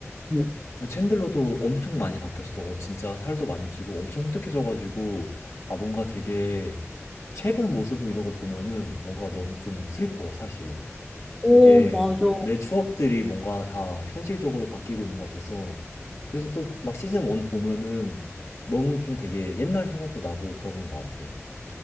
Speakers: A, in the centre; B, on the left (about 80°).
A: 뭐.
B: 근데 챈들러도 엄청 많이 바뀌었어. 진짜 살도 많이 찌고 엄청 후텁해져가지고 아 뭔가 되게 최근 모습 이런 거 보면은 뭔가 너무 좀 슬퍼 사실. 되게
A: 오, 맞아.
B: 내 추억들이 뭔가 다 현실적으로 바뀌고 있는 것 같아서 그래서 또 막 시즌 1 보면은 너무 좀 되게 옛날 생각도 나고 그러는 것 같아.